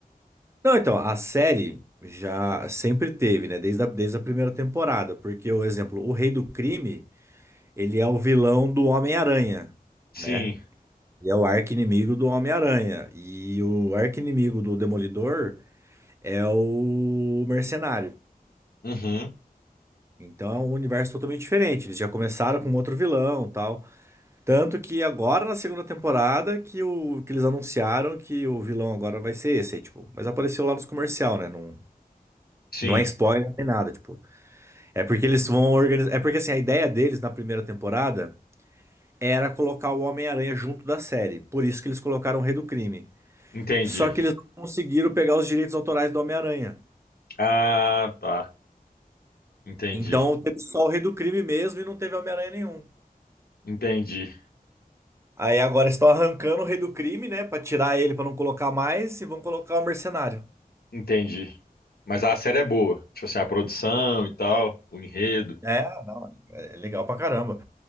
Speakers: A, on the right; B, on the left.
A: Não, então, a série já sempre teve, né? Desde a, desde a primeira temporada, porque, o exemplo, o Rei do Crime. Ele é o vilão do Homem-Aranha,
B: Sim.
A: né? Ele é o arqui-inimigo do Homem-Aranha. E o arqui-inimigo do Demolidor é o Mercenário.
B: Uhum.
A: Então é um universo totalmente diferente. Eles já começaram com outro vilão, tal. Tanto que agora na segunda temporada que, o, que eles anunciaram que o vilão agora vai ser esse, aí, tipo, mas apareceu lá nos comercial, né? Não,
B: Sim.
A: não é spoiler, não tem nada, tipo. É porque eles vão organizar, é porque assim, a ideia deles na primeira temporada era colocar o Homem-Aranha junto da série. Por isso que eles colocaram o Rei do Crime.
B: Entendi.
A: Só que eles não conseguiram pegar os direitos autorais do Homem-Aranha.
B: Ah, tá. Entendi.
A: Então teve só o Rei do Crime mesmo e não teve Homem-Aranha nenhum.
B: Entendi.
A: Aí agora estão arrancando o Rei do Crime, né? Pra tirar ele, pra não colocar mais, e vão colocar o Mercenário.
B: Entendi. Mas a série é boa. Tipo assim, a produção e tal, o enredo.
A: É, não, é legal pra caramba.